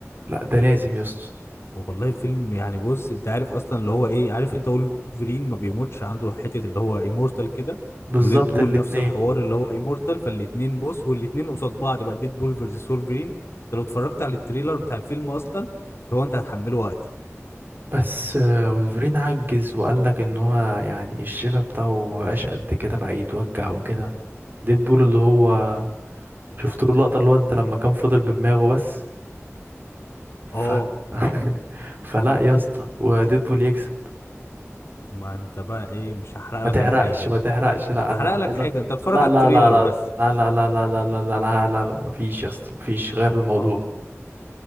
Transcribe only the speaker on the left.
والله فيلم يعني بص انت عارف اصلا اللي هو ايه عارف انت وولفرين ما بيموتش عنده حته اللي هو ايمورتال كده
وديد بول
نفس الحوار اللي هو ايمورتال فالاتنين بص والاتنين قصاد بعض بقى ديد بول فيرسس وولفرين انت لو اتفرجت على التريلر بتاع الفيلم اصلا اللي هو انت هتحمله وقتي
اه
ما انت بقى ايه مش هحرق
لك
انا حاجه بقى
<laughs> مش
هحرق
لك
حاجه
انت اتفرج
على
التريلر
بس
اه